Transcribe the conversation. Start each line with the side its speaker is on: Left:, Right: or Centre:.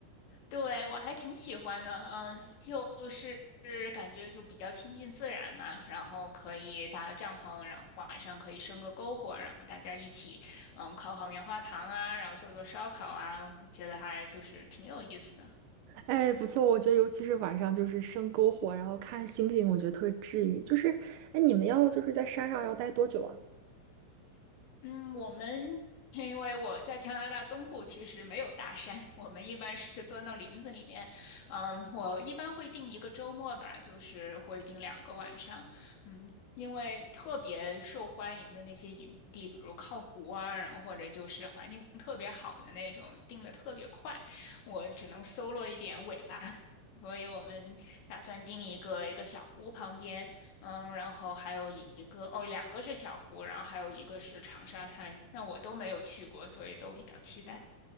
Left: 对，我还挺喜欢的，嗯，就是感觉就比较亲近自然嘛，然后可以搭个帐篷，然后晚上可以生个篝火，然后大家一起，嗯，烤烤棉花糖啊，然后做做烧烤啊，觉得还就是挺有意思的。
Right: 哎，不错，我觉得尤其是晚上就是生篝火，然后看星星，我觉得特别治愈。就是，哎，你们要就是在山上要待多久啊？
Left: 嗯，我们因为我在加拿大东部，其实没有大山，<laughs> 我们一般是钻到林子里面。嗯，我一般会定一个周末吧，就是会定两个晚上。嗯，因为特别受欢迎的那些营地，比如靠湖啊，然后或者就是环境特别好的那种，定的特别快，我只能搜罗一点尾巴。<laughs> 所以我们打算定一个一个小湖旁边。嗯，然后还有一个，哦，两个是小湖，然后还有一个是长沙滩，那我都没有去过，所以都比较期待。